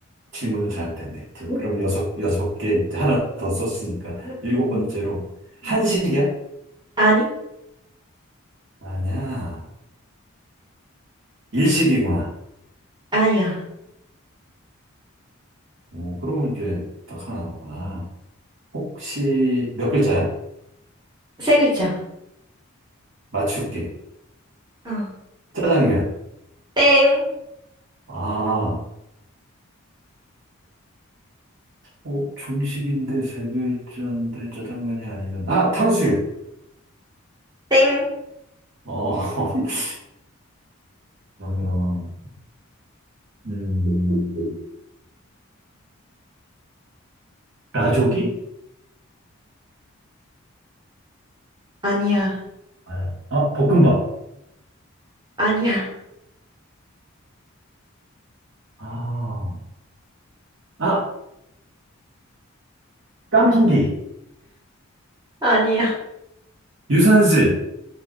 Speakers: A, on the right (about 60°); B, on the right (about 20°).
A: 질문을 잘못했네. 저,
B: 응,
A: 그럼 여섯, 여섯 개, 이제 하나 더 썼으니까.
B: 응,
A: 일곱
B: 응
A: 번째로. 한식이야?
B: 응. 아니?
A: 아니야. 일식이구나.
B: 아니야.
A: 오, 그러면 이제 딱 하나 남았구나. 혹시 몇 글자야?
B: 세 글자.
A: 맞출게.
B: 어.
A: 짜장면.
B: 땡,
A: 아, 어, 중식인데 세 글자인데 짜장면이 아니면, 아, 탕수육.
B: 땡.
A: 어, <laughs> 그러면, 음, 라조기
B: 아니야.
A: 아, 아, 볶음밥.
B: 아니야.
A: 아, 아, 깐풍기.
B: 아니야.
A: 유산슬.